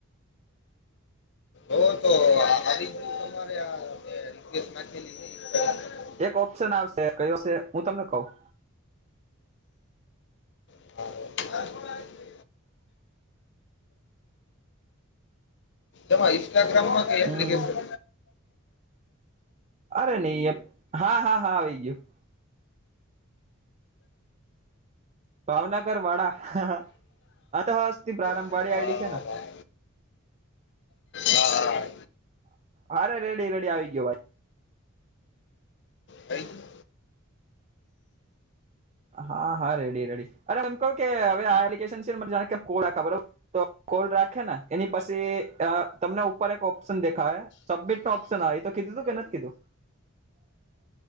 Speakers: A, on the left; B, on the right.
A: <inaudible>
B: એક ઓપ્શન આવશે કયો હશે હું તમને કઉં.
A: <inaudible> એમાં ઇન્સ્ટાગ્રામમાં
B: હમ
A: કે એપ્લિકેશન
B: અરે નહી હા, હા, હા આવી ગયું. ભાવનગર વાડા તો હસ્તી પ્રારંભવાડી
A: હા
B: આઈડી છે.
A: વાહ. હા
B: હા રેડી રેડી આવી ગયો ભાઈ.
A: થઈ ગયું?
B: હા હા રેડી રેડી અરે એમ કહું કે હવે <unintelligible> છે તો કોલ રાખે ને એની પછી તમને ઉપર એક ઓપ્શન દેખાહે. સબમિટ નો ઓપ્શન એ તો કીધું કે નથી કીધું?